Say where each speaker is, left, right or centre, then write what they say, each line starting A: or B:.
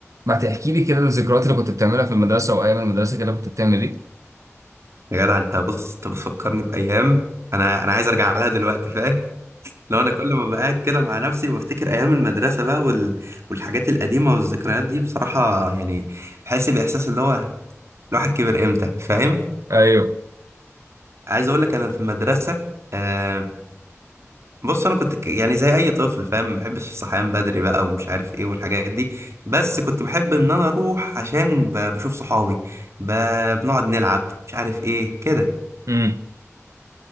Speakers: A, on the right; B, on the right.
A: ما تحكي لي كده الذكريات اللي كنت بتعملها في المدرسة وأيام المدرسة كده كنت بتعمل إيه؟
B: يا جدع انت بص انت بتفكرني بايام انا انا عايز ارجع لها دلوقتي فاهم <laughs> لو انا كل ما بقعد كده مع نفسي بفتكر ايام المدرسه بقى وال... والحاجات القديمه والذكريات دي بصراحه يعني بحس باحساس اللي هو الواحد كبر امتى فاهم
A: ايوه
B: عايز اقول لك انا في المدرسه آه بص انا كنت ك- يعني زي اي طفل فاهم ما بحبش الصحيان بدري بقى ومش عارف ايه والحاجات دي بس كنت بحب ان انا اروح عشان ب... بشوف صحابي ب... بنقعد نلعب مش عارف ايه كده
A: امم